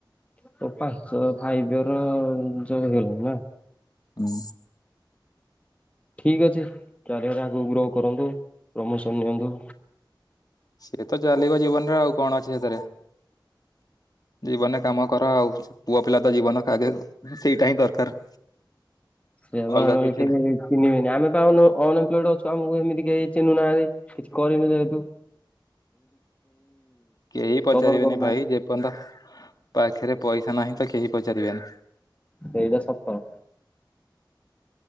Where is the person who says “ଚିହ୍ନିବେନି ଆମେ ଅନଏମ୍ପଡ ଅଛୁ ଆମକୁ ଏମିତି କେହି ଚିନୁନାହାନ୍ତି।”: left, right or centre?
Left